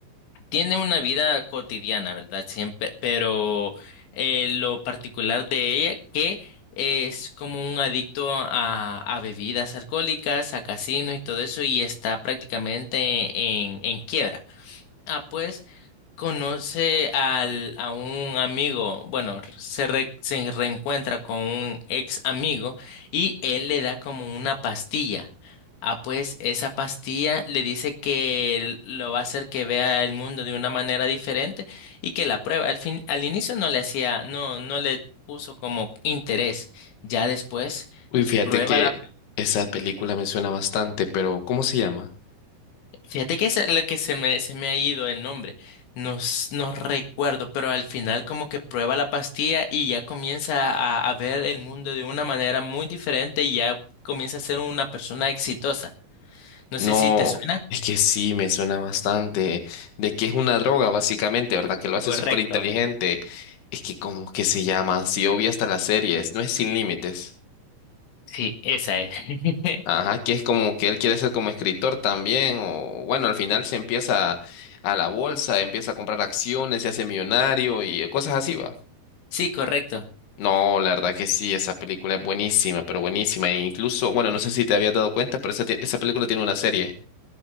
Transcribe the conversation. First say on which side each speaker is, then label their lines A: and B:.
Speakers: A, on the left; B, on the left.
A: tiene una vida cotidiana, ¿verdad? Siempre, pero eh, lo particular de ella que es como un adicto a, a bebidas alcohólicas, a casinos y todo eso, y está prácticamente en, en quiebra. Ah, pues conoce al, a un amigo, bueno, se, re- se reencuentra con un ex amigo y él le da como una pastilla. Ah, pues esa pastilla le dice que l- lo va a hacer que vea el mundo de una manera diferente y que la pruebe. Al fin, al inicio no le hacía, no, no le puso como interés. Ya después
B: Uy, fíjate
A: prueba
B: que
A: la,
B: esa película me suena bastante, pero ¿cómo se llama?
A: Fíjate que es lo que se me, se me ha ido el nombre. No, s- no recuerdo, pero al final como que prueba la pastilla y ya comienza a, a ver el mundo de una manera muy diferente y ya comienza a ser una persona exitosa. No
B: No,
A: sé si te suena.
B: es que sí, me suena bastante. De que es una droga, básicamente, ¿verdad? Que lo hace
A: Correcto.
B: súper inteligente. Es que, ¿cómo que se llama? Si yo vi hasta las series, no es Sin Límites.
A: Sí, esa es. <laughs>
B: Ajá, que es como que él quiere ser como escritor también. O bueno, al final se empieza a la bolsa, empieza a comprar acciones, se hace millonario y eh, cosas así, va.
A: Sí, correcto.
B: No, la verdad que sí, esa película es buenísima, pero buenísima. E incluso, bueno, no sé si te habías dado cuenta, pero esa, ti- esa película tiene una serie.